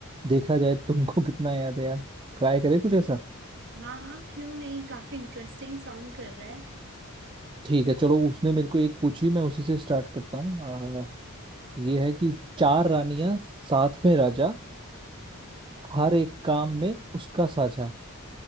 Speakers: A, on the right (about 20°); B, on the right (about 55°).
A: देखा जाए तुमको <laughs> कितना याद है यार ट्राई करें कुछ ऐसा
B: हाँ हाँ क्यों नहीं काफी इंटरेस्टिंग साउंड कर रहा है
A: ठीक है चलो उसने मेरे को एक पूछी मैं उसी से स्टार्ट करता हूँ आ, ये है कि चार रानियां साथ में राजा हर एक काम में उसका साझा